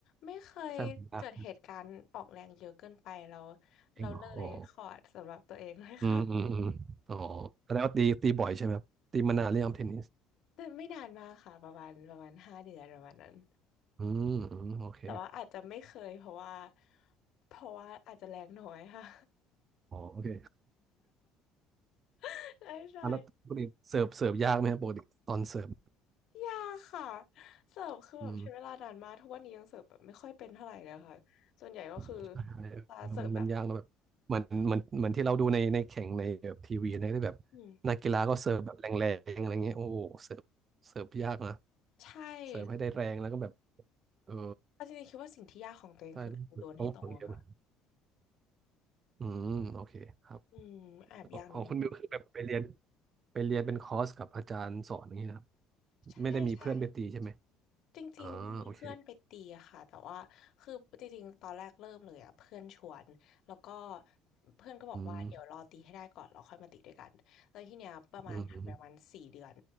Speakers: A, on the left; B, on the right.
A: ไม่เคยเกิดเหตุการณ์ออกแรงเยอะเกินไปเรา
B: ใช่มันยากจริงเหรออ๋อ
A: เราเลยขอดเองเลยค่ะ
B: อืมอืมอืมอ๋อแสดงว่าตีตีบ่อยใช่ไหมครับตีมานานหรือยังเทนนิส
A: แต่ไม่นานมากค่ะประมาณประมาณห้าเดือนประมาณนั้น
B: อืมอืมโอเค
A: แต่ว่าอาจจะไม่เคยเพราะว่าเพราะว่าอาจจะแรงน้อยค่ะ
B: อ๋อโอเค
A: <laughs> ใช่ใช่
B: อ่ะแล้วปกติเสิร์ฟเสิร์ฟยากไหมครับปกติตอนเสิร์ฟ
A: ยากค่ะเสิร์ฟคือแบบใช้เวลานานมากทุกวันนี้ยังเสิร์ฟแบบไม่ค่อยเป็นเท่าไหร่เลยค่ะส่วนใหญ่ก็คือ
B: อืม ใช่เมันมันยากนะแบบเหมือนเหมือนเหมือนที่เราดูในในแข่งในแบบทีวีนะที่แบบ
A: จะเสิร์ฟแบบอืม
B: นักกีฬาก็เสิร์ฟแบบแรงๆอะไรเงี้ยโอ้โหเสิร์ฟเสิร์ฟยากนะ
A: ใช่
B: เสิร์ฟให้ได้แรงแล้วก็แบบเออ
A: เอาจริงๆคิดว่าสิ่งที่ยากของตัวเองคือการโยนให้ตรงอะค่ะ
B: ใช่ต้องฝึกต้องฝึกเยอะมากอืมโอเคครับ
A: อืมแอบยากนิดนึง
B: ของคุณบิวคือแบบไปเรียนไปเรียนเป็นคอร์สกับอาจารย์สอนอย่างนี้นะครับ
A: ใช่ใช่
B: ไม่ได้มีเพื่อนไปตีใช่ไหม
A: จริงๆมีเพื่อนไปตีอะค่ะแต่ว่าคือจริงๆตอนแรกเริ่มเลยอ่ะเพื่อนชวนแล้วก็
B: อ๋อโอเค
A: เพื่อนก็บอกว่าเดี๋ยวรอตีให้ได้ก่อนแล้วค่อยมาตีด้วยกันแล้วทีเนี้ยประมาณผ่านไปประมาณสี่เดือน
B: อืมอืมอืม